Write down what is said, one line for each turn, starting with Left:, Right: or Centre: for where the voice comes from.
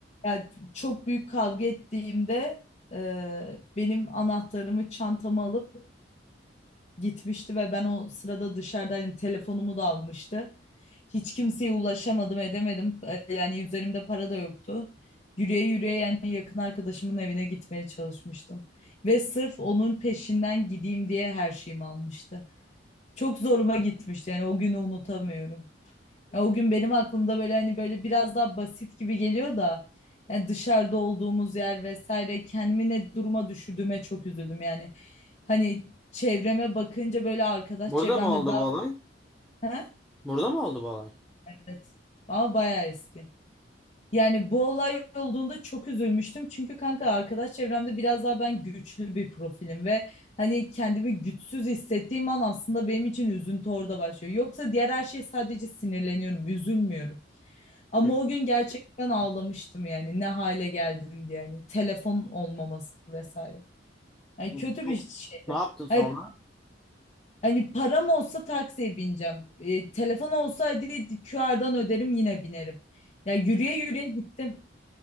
Left: Ya çok büyük kavga ettiğimde e, benim anahtarımı çantama alıp gitmişti ve ben o sırada dışarıdaydım telefonumu da almıştı. Hiç kimseye ulaşamadım edemedim E, yani üzerimde para da yoktu. Yürüye yürüye yani yakın arkadaşımın evine gitmeye çalışmıştım. Ve sırf onun peşinden gideyim diye her şeyimi almıştı. Çok zoruma gitmişti yani o günü unutamıyorum. Ya o gün benim aklımda böyle hani böyle biraz daha basit gibi geliyor da yani dışarıda olduğumuz yer vesaire kendimi ne duruma düşürdüğüme çok üzüldüm yani. Hani çevreme bakınca böyle arkadaş
Centre: Burada
Left: çevremde
Centre: mı oldu
Left: daha
Centre: bu olay?
Left: He?
Centre: Burada mı oldu bu olay?
Left: evet ama bayağı eski. Yani bu olay olduğunda çok üzülmüştüm. Çünkü kanka arkadaş çevremde biraz daha ben güçlü bir profilim ve hani kendimi güçsüz hissettiğim an aslında benim için üzüntü orada başlıyor. Yoksa diğer her şey sadece sinirleniyorum, üzülmüyorum. Ama
Centre: E,
Left: o gün gerçekten ağlamıştım yani ne hale geldim diye yani telefon olmaması vesaire. Yani
Centre: e,
Left: kötü
Centre: Çok
Left: bir şeydi.
Centre: ne yaptın sonra?
Left: Hani, hani param olsa taksiye bineceğim. E, telefon olsa hadi QR'dan öderim yine binerim. Yani yürüye yürüye gittim.